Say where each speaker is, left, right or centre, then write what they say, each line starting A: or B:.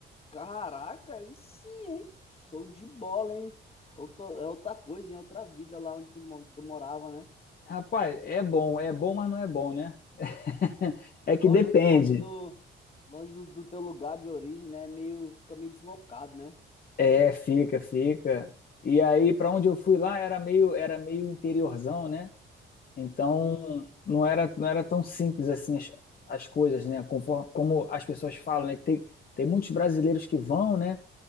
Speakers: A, on the left; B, on the left.
A: Caraca, aí sim, hein? Show de bola, hein? Outro- é outra coisa, em outra vida lá onde tu, mo- tu morava, né?
B: Rapaz, é bom, é bom, mas não é bom, né? <laughs> É que
A: Longe,
B: depende.
A: do- longe do, longe do, do teu lugar de origem, né? Meio, fica meio deslocado, né?
B: É, fica, fica. E aí, pra onde eu fui lá, era meio, era meio interiorzão, né? Então,
A: Hum,
B: não era, não era tão simples assim as, as coisas, né? Conforme, como as pessoas falam, né? Que tem, tem muitos brasileiros que vão, né?